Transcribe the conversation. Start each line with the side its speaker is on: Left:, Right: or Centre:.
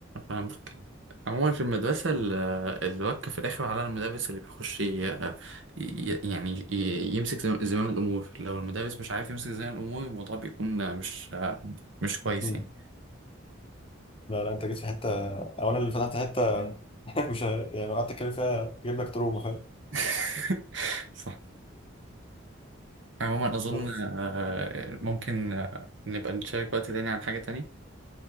Right: فهمتك عموما في المدرسة ال- الوكة في الآخر على المدرس اللي بيخش ي- ي- يعني ي- يمسك زم- زمام الأمور لو المدرس مش عارف يمسك زمام الأمور الموضوع بيكون مش مش كويس
Left: مم.
Right: يعني
Left: لا لا انت جيت في حتة او انا اللي فتحت حتة <laughs> مش ه- يعني لو قعدت اتكلم فيها جايب لك تروما فاهم
Right: <laughs> صح عموما أظن
Left: بس
Right: آه، ممكن آه، نبقى نشارك وقت تاني عن حاجة تانية